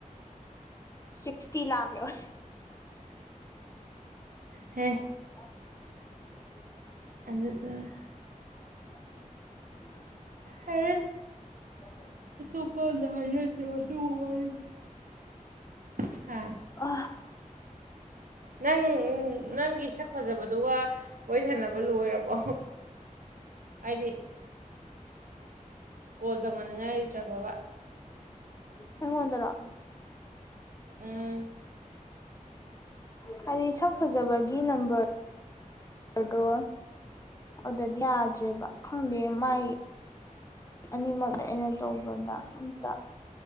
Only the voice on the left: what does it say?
ꯁꯤꯛꯁꯇꯤ ꯂꯥꯛ ꯌꯧꯔꯦ
<inaudible>
<unintelligible>
ꯃꯥ
ꯑ
ꯑꯩꯉꯣꯟꯗꯔꯣ
ꯍꯥꯏꯗꯤ ꯏꯁꯛ ꯐꯖꯕꯒꯤ ꯅꯝꯕꯔ ꯑꯣꯔꯗꯣ ꯑꯗꯗꯤ ꯌꯥꯗ꯭ꯔꯦꯕ ꯈꯪꯗꯦ ꯃꯥꯏ ꯑꯅꯤꯃꯛꯅ ꯑꯩꯅ ꯇꯧꯕꯗ ꯑꯝꯇ